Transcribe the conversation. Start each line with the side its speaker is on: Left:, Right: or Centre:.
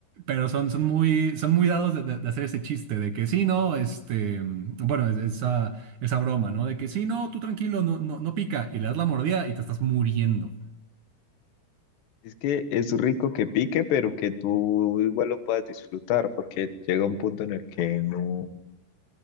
Right: Pero son, son muy, son muy dados de, de- de hacer ese chiste de que sí, no, este, mm, bueno, es- esa, esa broma, ¿no? De que sí, no, tú tranquilo, no, no, no pica, y le das la mordida y te estás muriendo.
Left: Es que es rico que pique, pero que tú igual lo puedas disfrutar, porque llega un punto en el que no,